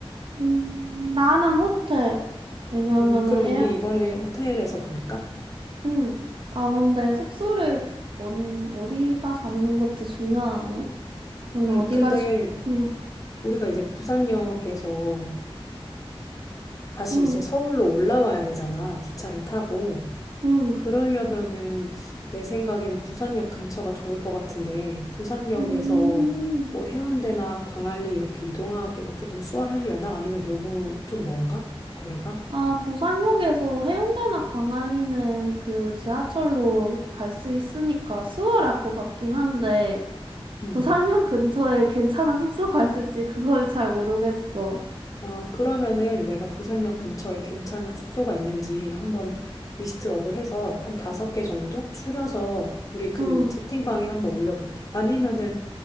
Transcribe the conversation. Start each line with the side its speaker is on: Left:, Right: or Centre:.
Right: 음, 나는 호텔. 왜냐하면은
Left: 음, 그럼
Right: 에어,
Left: 우리 이번에 호텔에서 보니까?
Right: 응. 아, 근데 숙소를 어, 어디다 잡는 것도 중요하네. 너는
Left: 음,
Right: 어디가
Left: 근데
Right: 주, 응,
Left: 우리가 이제 부산역에서 다시
Right: 응,
Left: 이제 서울로 올라와야 되잖아. 기차를 타고.
Right: 응.
Left: 그러려면은 내 생각에는 부산역 근처가 좋을 것 같은데 부산역에서
Right: 음.
Left: 뭐 해운대나 광안리 이렇게 이동하기가 조금 수월하려나? 아니면 너무 좀 먼가? 거리가?
Right: 아, 부산역에서 해운대나 강안리는 그 지하철로 갈 수 있으니까 수월할 것 같긴 한데.
Left: 음.
Right: 부산역 근처에 괜찮은 숙소가 있을지 그걸 잘 모르겠어.
Left: 아, 그러면은 내가 부산역 근처에 괜찮은 숙소가 있는지 한번 리스트업을 해서 한 다섯 개 정도 추려서 우리 그
Right: 응,
Left: 채팅방에 한번 올려볼게. 아니면은